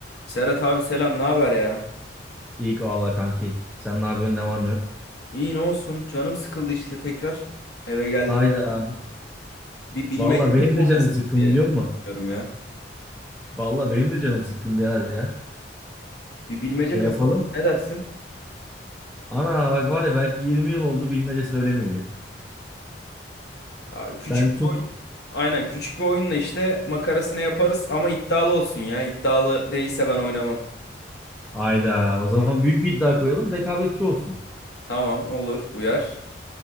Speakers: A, on the left; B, in the centre.
A: Serhat abi selam, ne haber ya?
B: İyi ki valla kanki. Sen ne yapıyorsun ne var ne yok.
A: İyi ne olsun, canım sıkıldı işte tekrar. Eve geldim.
B: Hayda. Aynen.
A: Bir bilmece
B: Valla benim
A: oyunu mu
B: de canım
A: oynasak
B: sıkkın
A: diye
B: biliyor musun?
A: düşünüyorum ya.
B: Valla benim de canım sıkkın birader ya.
A: Bir bilmece
B: Şey
A: kasalım
B: yapalım.
A: mı? ne dersin?
B: Ana bak var ya belki 20 yıl oldu bilmece söylemeyeli.
A: Aa, Küçük
B: Ben çok...
A: bir oyun. Aynen küçük bir oyunla işte makarasını yaparız ama iddialı olsun ya. İddialı değilse ben oynamam.
B: Hayda. O zaman büyük bir iddia koyalım. Rekabetçi olsun.
A: Tamam olur uyar.